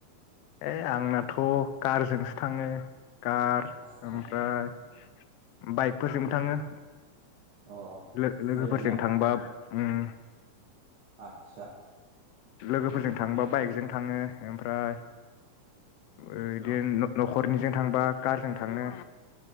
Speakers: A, on the left; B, on the right.
A: ओइ आंनाथ' कारजोंसो थाङो। कार
B: आदसा
A: ओमफ्राय बाइकफोरजोंबो थाङो।
B: अ
A: लो-लोगोफोरजों
B: मोजां
A: थांबा उम
B: आतसा
A: लोगोफोरजों थांबा बाइकजों थाङो। ओमफ्राय ओ बिदिनो न'खरनिजों थांबा कारजों थांङो।